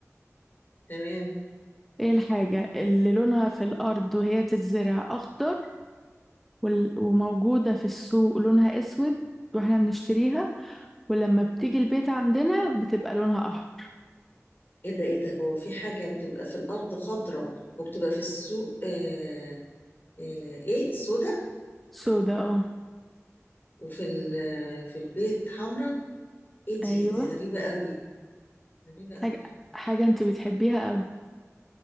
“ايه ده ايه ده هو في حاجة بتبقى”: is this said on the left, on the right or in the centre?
Left